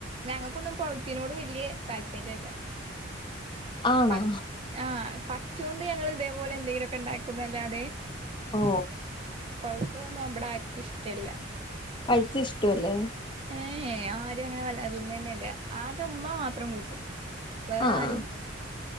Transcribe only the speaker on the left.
ആണോ
ഓ
പഴുത്തെ ഇഷ്ട അല്ലേ
ആഹ്